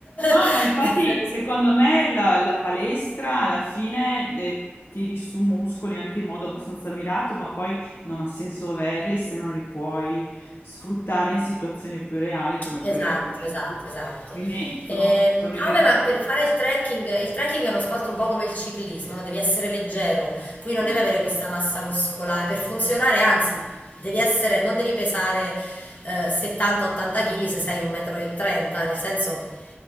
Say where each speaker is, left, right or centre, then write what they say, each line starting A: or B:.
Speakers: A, on the left (about 70°); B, on the left (about 40°).
A: No,
B: <laughs>
A: ma infatti secondo me la, la palestra alla fine eh, tiri su muscoli anche in modo abbastanza mirato, ma poi non ha senso averli se non li puoi sfruttare in situazioni più reali come quelle
B: Esatto,
A: che dici
B: esatto,
A: tu.
B: esatto.
A: Quindi sono
B: Ehm,
A: assolutamente
B: ah, beh,
A: complicate.
B: ma per fare il trekking, il trekking è uno sport un po' come il ciclismo, no? Devi essere leggero, qui non
A: <laughs>
B: devi avere questa massa muscolare per funzionare, anzi, devi essere, non devi pesare eh, 70-80 kg se sei 1,30 m, nel senso